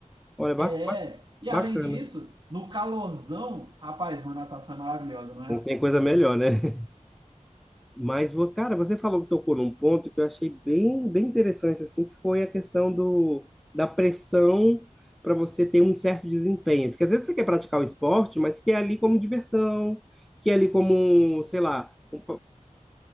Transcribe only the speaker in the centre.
Olha, ba-
ba-
bacana.
Não tem coisa melhor, né? <laughs> Mas, vo- cara, você falou, tocou num ponto que eu achei bem, bem interessante, assim, que foi a questão do, da pressão para você ter um certo desempenho. Porque às vezes você quer praticar o esporte, mas quer ali como diversão, quer ali como, sei lá, um,